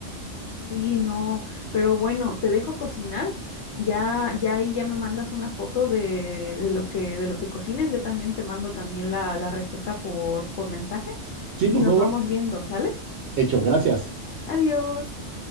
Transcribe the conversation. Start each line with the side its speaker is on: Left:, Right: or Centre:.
Left: Sí, no, pero bueno, te dejo cocinar. Ya, ya ahí ya me mandas una foto de, de lo que, de lo que cocines. Yo también te mando también la, la receta por, por mensaje
Right: Sí,
Left: y
Right: por
Left: nos
Right: favor,
Left: vamos viendo, ¿sale?
Right: hecho, gracias.
Left: Adiós.